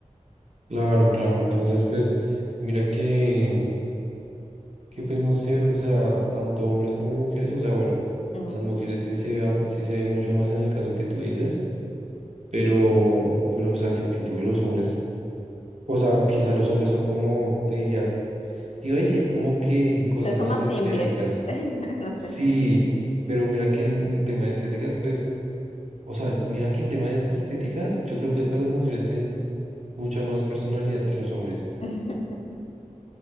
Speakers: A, on the right (about 60°); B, on the left (about 55°).
A: Claro, claro. Entonces, pues, mira que, que pues no sé, o sea, tanto hombres como mujeres, o sea, bueno,
B: Ujú.
A: las mujeres sí se, ve- sí se ve mucho más en el caso que tú dices. Pero, pero, o sea, sí, siento que los hombres O sea, quizás los hombres son como, te diría, te iba a decir como que en cosas
B: Entonces son
A: más
B: más
A: estéticas.
B: simples, <laughs> no
A: Sí,
B: sé.
A: pero mira que en, en tema de estéticas, pues, o sea, mira que en tema de estéticas, yo creo que hasta las mujeres tienen mucha más personalidad que los hombres.
B: <laughs>